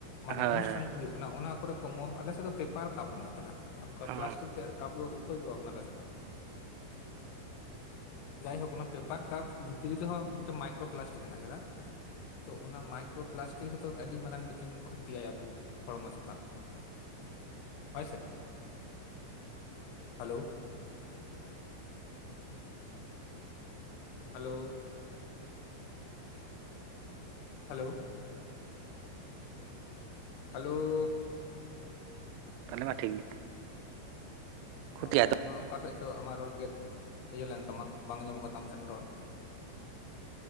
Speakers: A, on the left; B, on the right.
A: ᱢᱟᱱᱮ
B: ᱦᱳᱭ
A: ᱚᱱᱩᱥᱴᱷᱟᱱ
B: ᱦᱳᱭ
A: ᱠᱚ ᱦᱩᱭᱩᱜ ᱚᱱᱟ ᱠᱚᱨᱮ ᱠᱚ ᱮᱢᱚᱜ ᱟᱞᱮᱥᱮᱫ ᱫᱚ ᱯᱮᱯᱟᱨ ᱠᱟᱯ ᱢᱮᱱᱟᱜ ᱟᱠᱟᱫᱟ ᱚᱱᱠᱟ
B: ᱚ
A: ᱯᱞᱟᱥᱴᱤᱠ ᱨᱮᱭᱟᱜ ᱠᱟᱯ ᱫᱚ ᱩᱴᱷᱟᱹᱣᱩᱜ ᱟᱞᱮ ᱥᱮᱫ ᱫᱚ ᱡᱟᱭᱦᱳᱠ ᱚᱱᱟ ᱯᱮᱯᱟᱨ ᱠᱟᱯ ᱵᱷᱤᱛᱨᱤ ᱨᱮᱦᱚᱸ ᱢᱤᱫᱴᱮᱱ ᱢᱟᱭᱠᱨᱳ ᱯᱞᱟᱥᱴᱤᱠ ᱦᱮᱱᱟᱜ ᱟᱠᱟᱫᱟ ᱛᱚ ᱚᱱᱟ ᱢᱟᱭᱠᱨᱳ ᱯᱞᱟᱥᱴᱤᱠ ᱦᱚᱛᱚ ᱟᱹᱰᱤ ᱢᱟᱨᱟᱝ ᱢᱤᱫᱴᱮᱱ ᱠᱷᱚᱛᱤᱭᱟᱭ ᱟᱵᱚ ᱦᱚᱲᱢᱚ ᱪᱮᱛᱟᱱ ᱦᱳᱭᱥᱮ ᱦᱟᱞᱳ ᱦᱟᱞᱳ ᱦᱟᱞᱳ ᱦᱟᱞᱳᱳᱳ
B: ᱛᱟᱦᱮᱞᱮ ᱢᱟ ᱴᱷᱤᱠ ᱜᱮ
A: ᱦᱳᱭ
B: ᱠᱷᱩᱛᱤᱭᱟ
A: ᱦᱳᱭ ᱟᱢᱟᱜ ᱚᱠᱟ ᱥᱮᱫ ᱪᱚ ᱟᱢᱟᱜ ᱨᱚᱲ ᱜᱮᱫ ᱤᱭᱟᱹ ᱞᱮᱱ ᱛᱟᱢᱟ ᱵᱟᱝ ᱟᱡᱚᱢᱚᱜ ᱠᱟᱱ ᱛᱟᱢ ᱛᱟᱦᱮᱱᱟ ᱨᱚᱲ᱾